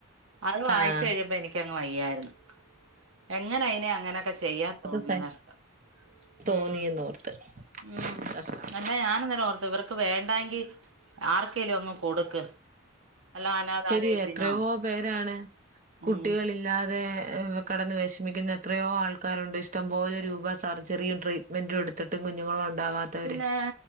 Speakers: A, on the right; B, on the right.
A: അത് വായിച്ച
B: ആഹ്
A: കഴിഞ്ഞമ്പ എനിക്ക വയ്യായിരുന്നു എങ്ങനെ അനെ അങ്ങനെയൊക്കെ ചെയ്യാൻ തോന്നുന്ന്
B: അത് സ
A: കഷ്ടം.
B: തോന്നിയെന്നോർത്ത്
A: ഉം ഉം ഉം
B: കഷ്ടം
A: അല്ല ഞൻ അന്നേരം ഓർ ഇവർക്ക് വേണ്ട എങ്കിൽ ആർക്കേലും അങ്ങ് കൊടുക്ക്. വല്ല അനാഥാലയത്തിനോ
B: ശരിയ എത്രയോ പേരാണ് കുട്ടികളില്ലാതെ
A: ഉം
B: കിടന്ന് വിഷ വിഷമിക്കുന്ന എത്രയോ ആൾക്കാരുണ്ട് ഇഷ്ടംപോലെ രൂപ സർജറിയും ട്രീറ്റ്മെന്റും എടുത്തിട്ടും കുഞ്ഞുങ്ങളു ഉണ്ടാവാത്തവര്
A: പിന്നെ